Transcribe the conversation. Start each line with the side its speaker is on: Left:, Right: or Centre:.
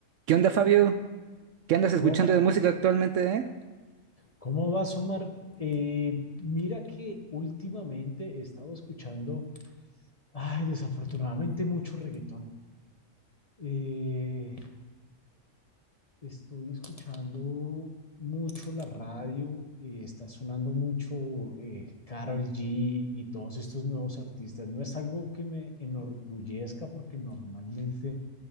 Right: ¿Qué onda, Fabio? ¿Qué andas escuchando
Left: ¿Cómo?
Right: de música actualmente, eh?
Left: ¿Cómo vas, Omar? Eh, mira que últimamente he estado escuchando, ay, desafortunadamente mucho reggaetón. Eh, estoy escuchando mucho la radio, eh, está sonando mucho eh, Karol G y todos estos nuevos artistas. No es algo que me enorgullezca porque normalmente